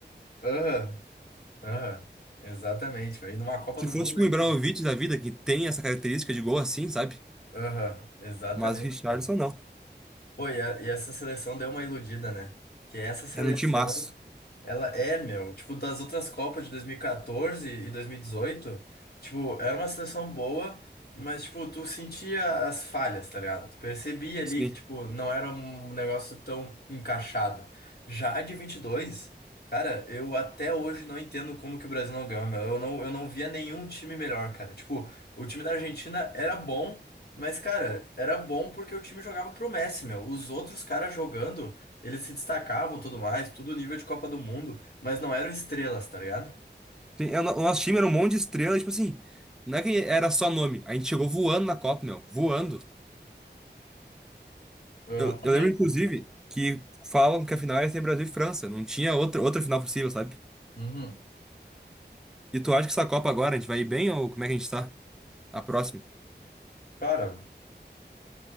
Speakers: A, on the left; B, in the centre.
A: Aham, aham, exatamente, velho. E numa Copa
B: se
A: do
B: fosse
A: Mundo
B: tipo,
A: ainda.
B: o Ibrahimovic da vida, que tem essa característica de gol assim, sabe?
A: Aham, exatamente,
B: Mas o Richardson
A: cara.
B: não.
A: Pô, e, a- e essa seleção deu uma iludida, né? Que essa seleção
B: Era um timaço.
A: ela é, meu, tipo, das outras Copas de dois mil e e e dois mil e dezoito tipo, era uma seleção boa, mas, tipo, tu sentia as falhas, tá ligado? Tu percebia ali
B: Sim.
A: que, tipo, não era um negócio tão encaixado. Já a de vinte e dois cara, eu até hoje não entendo como que o Brasil não ganhou, meu. Eu não, eu não via nenhum time melhor, cara. Tipo, o time da Argentina era bom, mas, cara, era bom porque o time jogava pro Messi, meu. Os outros caras jogando. Eles se destacavam, tudo mais, tudo nível de Copa do Mundo, mas não eram estrelas, tá ligado?
B: Sim, é, o no- o nosso time era um monte de estrela, tipo assim, não é que era só nome. A gente chegou voando na Copa, meu. Voando.
A: Exatamente.
B: Eu, eu lembro, inclusive, que falam que a final ia ser Brasil e França. Não tinha outra, outra final possível, sabe?
A: Uhum.
B: E tu acha que essa Copa agora a gente vai ir bem ou como é que a gente tá? A próxima.
A: Cara,